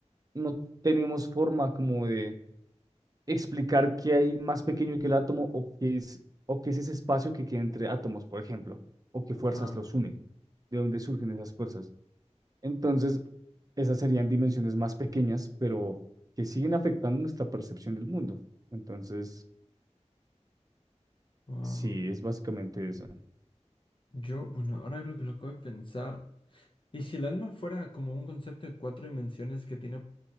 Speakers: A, on the right; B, on the left.
A: no tenemos forma como de explicar qué hay más pequeño que el átomo o qué es, o qué es ese espacio que queda entre átomos, por ejemplo, o qué fuerzas
B: Ajá.
A: los unen, de dónde surgen esas fuerzas. Entonces, esas serían dimensiones más pequeñas, pero que siguen afectando nuestra percepción del mundo. Entonces,
B: Wow.
A: sí, es básicamente eso.
B: Yo, bueno, ahora lo que lo acabo de pensar. ¿Y si el alma fuera como un concepto de cuatro dimensiones que tiene